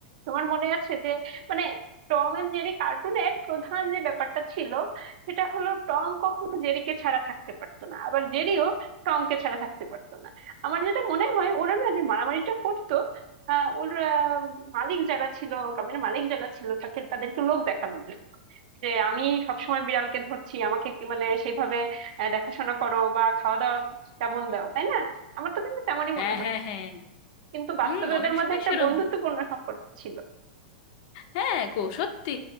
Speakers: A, on the right; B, on the left.
A: তোমার মনে আছে যে মানে টম এন্ড জেরি কার্টুনের প্রধান যে ব্যাপারটা ছিল সেটা হলো টম কখনো জেরিকে ছাড়া থাকতে পারতো না আবার জেরিও টমকে ছাড়া থাকতে পারতো না আমার যেটা মনে হয় ওরা না যে মারামারিটা করতো আহ ওর আহ, মালিক যারা ছিল টমের মালিক যারা ছিল তাকে তাদেরকে লোক দেখানোর জন্য যে আমি সবসময় বিড়ালকে ধরছি আমাকে কি মানে সেইভাবে আহ, দেখাশোনা করো বা খাওয়া দাওয়া তেমন দাও তাই না আমার তো কিন্তু তেমনই
B: হ্যাঁ
A: মনে হতো
B: হ্যাঁ হ্যাঁ
A: কিন্তু বাস্তবে
B: হুম
A: ওদের
B: অনেক
A: মধ্যে
B: সময়
A: একটা
B: সেরম
A: বন্ধুত্বপূর্ণ সম্পর্ক ছিল
B: হ্যাঁ গো সত্যি